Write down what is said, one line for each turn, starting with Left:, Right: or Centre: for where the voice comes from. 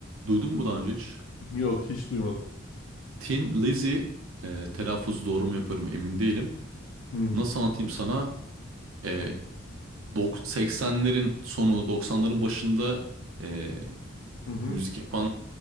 Right: duydun mu daha önce hiç?
Left: Yok hiç duymadım.
Right: Tin Lizzy e, telaffuz doğru mu yapıyorum emin değilim.
Left: Hı.
Right: nasıl anlatayım sana? Ee, dok- 80'lerin sonu 90'ların başında ee,
Left: Hı hı.
Right: müzik yapan